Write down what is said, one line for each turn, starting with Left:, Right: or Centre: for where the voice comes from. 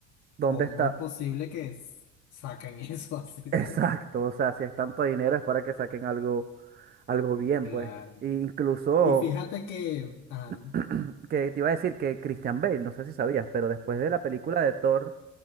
Right: dónde
Left: ¿cómo
Right: está?
Left: es posible que s- saquen <laughs> eso así,
Right: Exacto,
Left: ¿sabes?
Right: o sea, si es tanto dinero es para que saquen algo, algo bien,
Left: Claro.
Right: pues. E incluso
Left: Y fíjate que, ay,
Right: <clears throat> que te iba a decir que Christian Bale, no sé si sabías, pero después de la película de Thor,